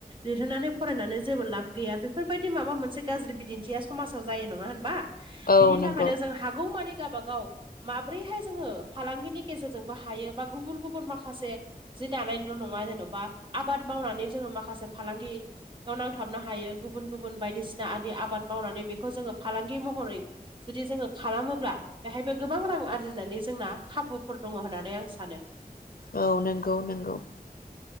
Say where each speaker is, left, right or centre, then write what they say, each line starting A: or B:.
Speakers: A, on the right; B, on the left.
A: लिरहोनानै फरायनानै जेबो लाब गैया बेफोरबायदि माबा मोनसे गाज्रि बिदिन्थिया समाजाव जायो नङा होनबा
B: औ
A: बिनि
B: नंगौ
A: थाखायनो जों हागौ मानि गावाबागाव माब्रैहाय जोङो फालांगिनि गेजेरजोंबो हायो बा गुबुन गुबुन माखासे जि दानायनिल' नङा जेन'बा आबाद मावनानै जोङो माखासे फालांगि बेयाव नांथाबनो हायो गुबुन गुबुन बायदिसिना आनि आबाद मावनानै बेखौ जोंङो फालांगि महरै जुदि जोङो खालामोब्ला बेहायबो गोबां रां आरजिनानै जोंना खाबुफोर दङ होननानै आं सानो।
B: औ नंगौ नंगौ